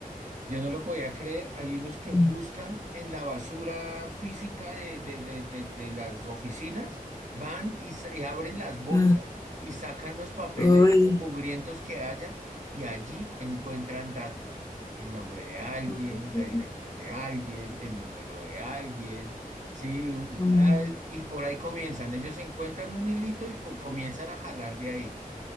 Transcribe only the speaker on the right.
Yo no lo podía creer. Hay unos que
buscan en la basura física de, de- de- de- de las oficinas, van y, se- y abren las bolsas
y sacan los papeles
mugrientos que haya y allí encuentran datos. El nombre de alguien,
la dirección de alguien, el número de alguien, sí,
ah, y por ahí comienzan. Ellos encuentran un hilito y po- comienzan a jalar de ahí